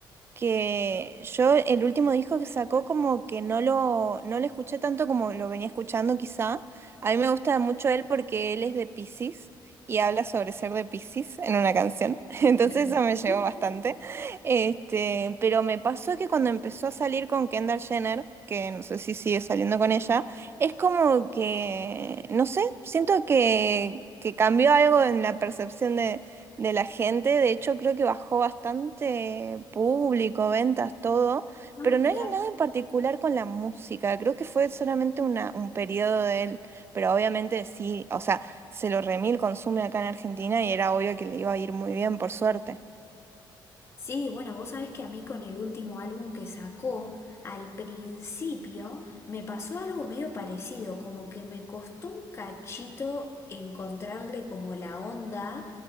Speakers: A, on the right (about 30°); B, on the left (about 30°).
A: que yo el último disco que sacó como que no lo, no lo escuché tanto como lo venía escuchando quizá. A mí me gusta mucho él porque él es de Piscis y habla sobre ser de Piscis en una canción. <laughs> Entonces
B: <laughs>
A: eso me llegó bastante. Este, pero me pasó que cuando empezó a salir con Kendall Jenner, que no sé si sigue saliendo con ella, es como que, no sé, siento que, que cambió algo en la percepción de de la gente. De hecho, creo que bajó bastante público, ventas, todo,
B: Ah,
A: pero no
B: mirá.
A: era nada en particular con la música. Creo que fue solamente una, un periodo de él, pero obviamente sí, o sea, se lo remil consume acá en Argentina y era obvio que le iba a ir muy bien, por suerte.
B: Sí, bueno, vos sabés que a mí con el último álbum que sacó, al principio me pasó algo medio parecido, como que me costó un cachito encontrarle como la onda,